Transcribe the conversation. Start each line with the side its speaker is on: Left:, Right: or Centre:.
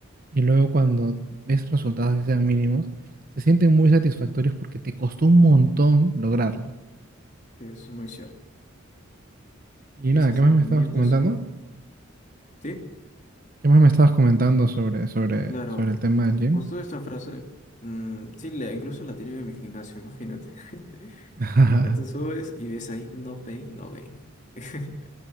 Right: y luego cuando ves resultados que sean mínimos, se sienten muy satisfactorios porque te costó un montón lograrlo.
Left: eso es muy cierto.
Right: Y
Left: Y
Right: nada,
Left: ese sentimiento
Right: ¿qué más me estabas comentando?
Left: es único. Sí,
Right: ¿Qué más me estabas comentando sobre, sobre,
Left: claro.
Right: sobre el tema del gym?
Left: Justo esta frase, mm, sí, la, incluso la tiene en mi gimnasio, imagínate. <laughs>
Right: <laughs>
Left: Ya tú subes y ves ahí, no pain, no gain. <laughs>